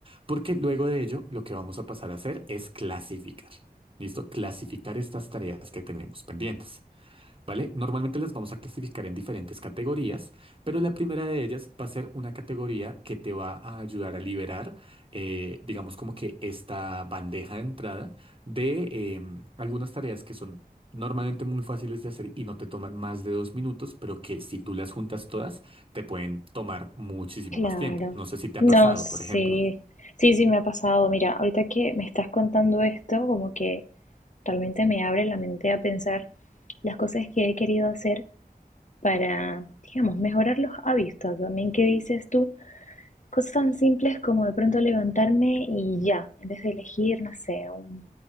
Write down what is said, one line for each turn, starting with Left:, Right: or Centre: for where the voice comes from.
Right: Porque luego de ello, lo que vamos a pasar a hacer es clasificar. ¿Listo? Clasificar estas tareas que tenemos pendientes. ¿Vale? Normalmente las vamos a clasificar en diferentes categorías, pero la primera de ellas va a ser una categoría que te va a ayudar a liberar, eh, digamos como que esta bandeja de entrada de eh, algunas tareas que son normalmente muy fáciles de hacer y no te toman más de dos minutos, pero que si tú las juntas todas, te pueden tomar muchísimo
Left: claro.
Right: más tiempo. No sé si te
Left: No,
Right: ha pasado,
Left: sí,
Right: por ejemplo.
Left: sí, sí, me ha pasado. Mira, ahorita que me estás contando esto, como que realmente me abre la mente a pensar las cosas que he querido hacer para, digamos, mejorar los hábitos también que dices tú, cosas tan simples como de pronto levantarme y ya, en vez de elegir, no sé, un,